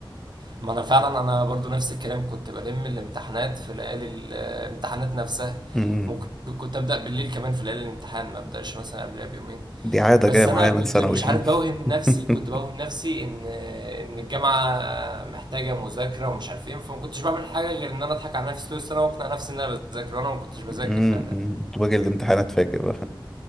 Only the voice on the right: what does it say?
ما انا فعلا انا برضو نفس الكلام كنت بلم الامتحانات في ليالي الامتحانات نفسها
ممكن كنت ابدأ بالليل كمان في ليالي الامتحان ما ابدأش مثلا قبلها بيومين
بس
انا
كنت
مش
عارف بوهم
نفسي كنت بوهم نفسي ان ان الجامعه محتاجه مذاكره ومش عارف ايه فما كنتش بعمل حاجه غير ان انا اضحك على نفسي طول السنه واقنع نفسي ان انا بذاكر وانا ما كنتش بذاكر
فعلا